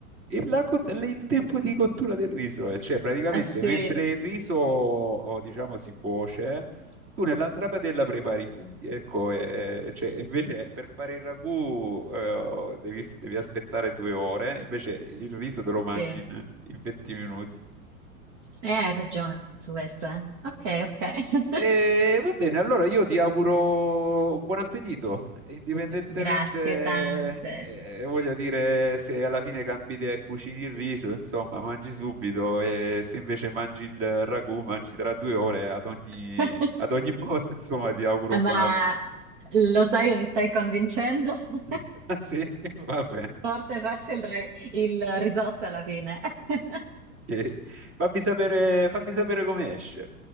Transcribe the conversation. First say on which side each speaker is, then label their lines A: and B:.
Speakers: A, on the right; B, on the right.
A: Il, la cot- il tempo di cottura del riso, eh, cioè praticamente
B: Ah, Sì,
A: mentre il riso, o, diciamo, si cuoce, tu nell'altra padella prepari i funghi. Ecco, eh, cioè, invece per fare il ragù eh, devi, devi aspettare due ore, invece il riso te lo mangi
B: sì, eh,
A: in, in 20 minuti.
B: hai ragione su questo, eh. Ok, ok,
A: E va bene, allora io ti auguro buon appetito, indipendentemente,
B: <laughs> grazie tante.
A: eh, voglio dire, se alla fine cambi idea e cucini il riso, insomma, mangi subito e se invece mangi il ragù, mangi tra due ore, ad ogni,
B: <laughs>
A: ad ogni modo, <laughs> insomma, ti auguro buon
B: Ma
A: appetito.
B: lo sai che mi stai convincendo? <laughs>
A: <laughs> Sì, va bene.
B: Forse faccio il, re- il risotto alla fine. <laughs>
A: Ok. Fammi sapere, fammi sapere come esce.